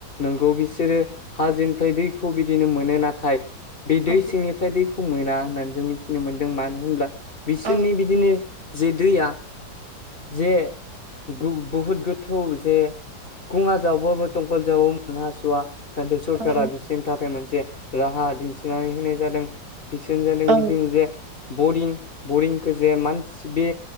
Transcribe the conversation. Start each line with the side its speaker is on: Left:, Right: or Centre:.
Left: नोंगौ बिसोरो हाजोनिफ्राय दैखौ बिदिनो मोनो नाथाय बे दै
Right: औ
Left: सिंनिफ्राय दैखौ मोना होननानै जों मिथिनो मोनदों मानो होनब्ला बिसोरनि
Right: औ
Left: बिदिनो जे दैया जे गु बहुद गोथौ जे खुङा जावबाबो दंखल जावाबो मोन हास'वा नाथाय सरखारा
Right: औ
Left: बिसोरनि थाखाय मोनसे राहा दिन्थिनानै होनाय जादों। बिसोर जादों
Right: औ
Left: बिदिनो जे बरिं बरिंखौ जे मानसि बे